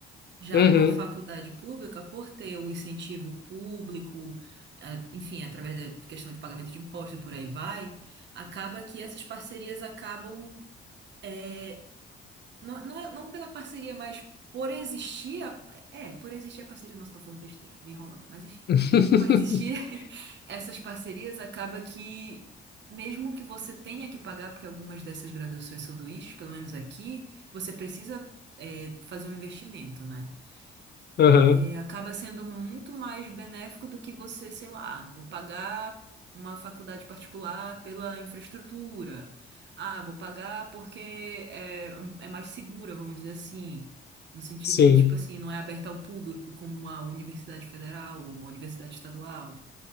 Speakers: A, on the right (about 60°); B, on the left (about 55°).
A: Já
B: Uhum.
A: numa faculdade pública, por ter o incentivo público, é, enfim, através da questão de pagamento de impostos e por aí vai, acaba que essas parcerias acabam eh, não, não, é- não pela parceria, mas por existir. A, é, por existir a parceria. Nossa, tô falando besteira, me enrolando. Mas enfim.
B: <laughs>
A: Por existir <laughs> essas parcerias, acaba que, mesmo que você tenha que pagar, porque algumas dessas graduações sanduíches, pelo menos aqui, você precisa, é, fazer um investimento, né?
B: Aham,
A: é, acaba sendo muito mais benéfico do que você, sei lá, vou pagar uma faculdade particular pela infraestrutura. Ah, vou pagar porque é, é mais segura, vamos dizer assim. No sentido
B: sim.
A: de, tipo assim, não é aberta ao público como uma universidade federal ou uma universidade estadual,